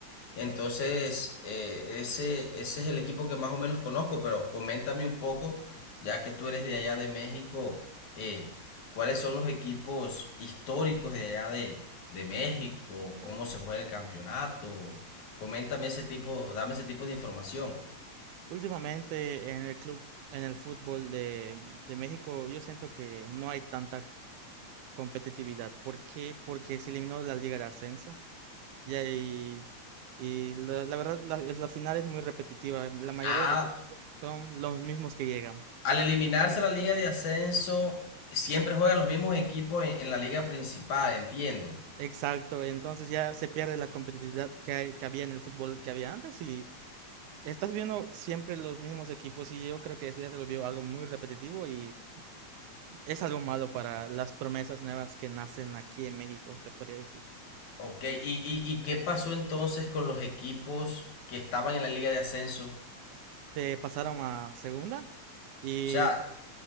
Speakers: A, on the left; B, on the right.
A: Entonces, eh, ese, ese es el equipo que más o menos conozco, pero coméntame un poco, ya que tú eres de allá de México, eh, ¿cuáles son los equipos históricos de allá de, de México? ¿Cómo se juega el campeonato? Coméntame ese tipo, dame ese tipo de información.
B: Últimamente en el club, en el fútbol de, de México, yo siento que no hay tanta competitividad. ¿Por qué? Porque se eliminó la Liga de Ascenso y, ahí- y la, la verdad la, la final es muy repetitiva. La mayoría
A: Ah,
B: de los equipos son los mismos que llegan.
A: al eliminarse la liga de ascenso, siempre juegan los mismos equipos en, en la liga principal, entiendo.
B: E- Exacto, entonces ya se pierde la competitividad que, hay- que había en el fútbol que había antes y estás viendo siempre los mismos equipos y yo creo que eso ya se volvió algo muy repetitivo y es algo malo para las promesas nuevas que nacen aquí en México, se podría decir.
A: Ok, ¿Y, y, y qué pasó entonces con los equipos que estaban en la liga de ascenso?
B: Te pasaron a segunda y
A: O sea,